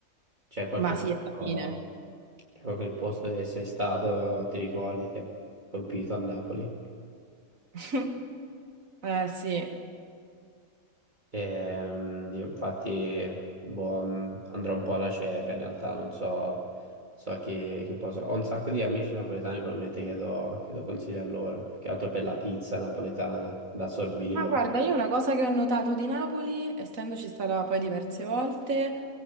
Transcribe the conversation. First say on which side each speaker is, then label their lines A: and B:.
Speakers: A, on the right; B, on the right.
A: C'è qualche
B: Ma sì,
A: posto,
B: alla fine.
A: c'è qualche posto che sei stato, ti ricordi, ti ha colpito a Napoli?
B: <laughs> Eh sì.
A: Ehm, io infatti boh, mm, andrò un po' alla cieca, in realtà non so, non so a chi, chi posso. Ho un sacco di amici napoletani, probabilmente chiedo, chiedo consigli a loro, più che altro per la pizza napoletana da Sorbillo.
B: Ma guarda, io una cosa che ho notato di Napoli, essendoci stata poi diverse volte,